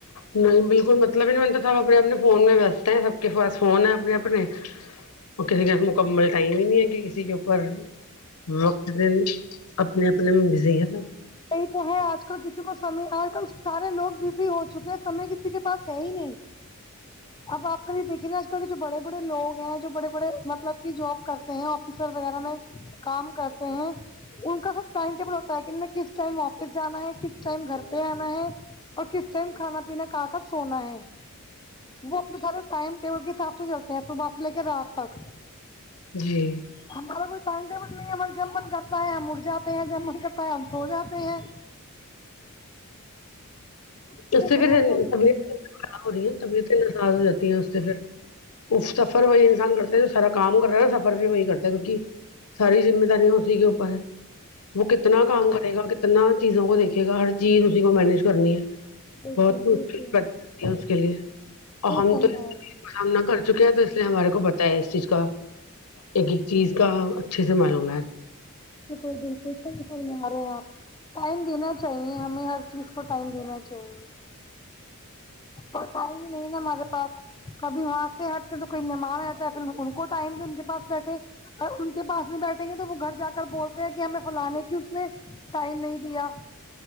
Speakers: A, on the left (about 85°); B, on the left (about 20°).
A: نہیں بالکل مطلب ہی نہیں بنتا تھا وہاں اپنے فون میں بیستے ہیں سب کے پاس فون ہے اپنے اپنے وہ کہے گا مکمل ٹائم ہی نہیں ہے کہ کسی کے اوپر وقت دنے اپنے اپنے بزی ہے سب
B: یہی تو ہے آج کل کسی کو سمے آج کل سارے لوگ بزی ہو چکے ہیں سمے کسی کے پاس ہے ہی نہیں اب آپ کھی دیکھے نا آج کل کے جو بڑے بڑے لوگ ہیں جو بڑے بڑے مطلب کہ جاب کرتے ہیں آفیسر وغیرہ میں کام کرتے ہیں ان کا سب ٹائم ٹیبل ہوتا ہے کہ انہیں کس ٹائم واپس جانا ہے کس ٹائم گھر پہ آنا ہے اور کس ٹائم کھانا پینا کہا کر سونا ہے وہ اپنے سارے ٹائم ٹیبل کے حساب سے چلتے ہیں صبح سے لے کے رات تک
A: جی
B: ہمارا کوئی ٹائم ٹیبل نہیں ہے ہم جب من کرتا ہے ہم اٹھ جاتے ہیں جب من کرتا ہے ہم سو جاتے ہیں چیزیں
A: اس سےھر
B: خراب کر دیتے
A: طبیعت
B: ہیں
A: ہو رہی ہ <unintelligible> ے طبیعتیں خراب ہو جاتی ہے اس سے پھر اف سفر وہی انسان کرتا ہے جو سارا کام کر رہا ہے نا سفر بھی وہی کرتا ہے کیونکہ ساری زماداری اسی کے اپر ہے وہ کتنا کام کرے گا کتنا چیزوں کو دیکھے گا ہر چیز اسی کو مینج کرنی ہے
B: بالکل
A: بہت مشکل
B: بالکل
A: بات ہے اس کے لیے اور
B: صحیح
A: ہم
B: فرمایا
A: تو سامنا کر چکے ہے تو اس لیے ہمارے کو پتا ہے اس چیز کا ایک ایک چیز کا اچھے سے معلوم ہے
B: بلکل بلکل صہی فرما رہے ہیں آپ ٹائم دینا چاہیے ہمیں ہر چیز کو ٹائم دینا چاہیے پر ٹایم نہیں نا ہمارے پاس کبھی وہاں سے ہٹتے تو کوئی مہمان آتا ہے پھر ان کو ٹائم دو ان کے پاس بیٹھے اگر ان کے پاس نہیں بیٹھیں گے تو وہ گھر جا کے بولتے ہیں کہ ہمیں فھلانے کی اس نے ٹائم نہیں دیا